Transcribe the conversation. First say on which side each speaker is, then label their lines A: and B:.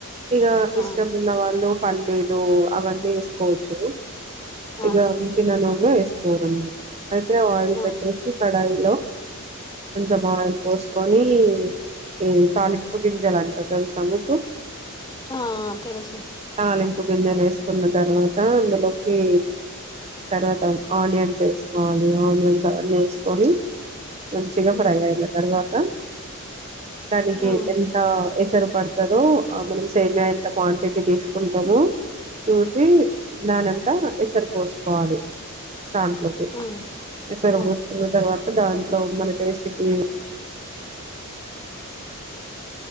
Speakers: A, on the right; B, on the left.
A: ఇక ఇష్టం
B: ఆ
A: ఉన్న వాళ్ళు పల్లీ లు అవన్నీ వేసుకోవచ్చు
B: ఆ
A: ఇగా నూనె లో వేసుకోవాలమ్ <unintelligible> ఆయిల్
B: ఆహా
A: పెట్టేసి కడాయి కొంచెం ఆయిల్ పోసుకొని ఈ తాలింపు గింజాలంటే తాలింపు గింజలు అంటే తెలుసా నీకు
B: ఆ తెలుసు
A: తాలింపు గిన్నెలు వేసుకున్న తర్వాత అందులోకి తర్వాత ఆనియన్స్ వేసుకోవాలి ఆనియన్స్ అవన్నీ వేసుకొని మంచిగా
B: హ్మ్
A: ఫ్రై అయిన తర్వాత దానికి
B: ఆ
A: ఎంత ఎసరు పడుతుందో అప్పుడు సేమ్యా ఎంత క్వాంటిటీ తీసుకు ఉంటాము చూసి దానంతా ఎసరు పోసుకోవాలి దాంట్లోకీ
B: ఆ
A: ఎసరు
B: ఆ
A: పోసు కున్న తర్వాత దాంట్లో మన టేస్ట్ కి
B: <unintelligible>